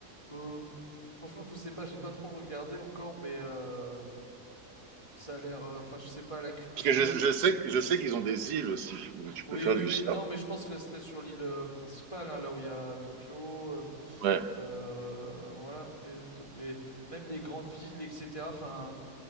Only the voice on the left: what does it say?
Euh, franchement, je sais pas, j'ai pas trop regardé encore, mais euh, ça a l'air, euh, enfin, je sais pas, la culture,
Oui,
oui,
oui.
Non, mais je pense resterait sur l'île euh, principale, hein, là où il y a Tokyo. euh,
euh, voilà. Mais, to- mais même les grandes villes, etc. Enfin,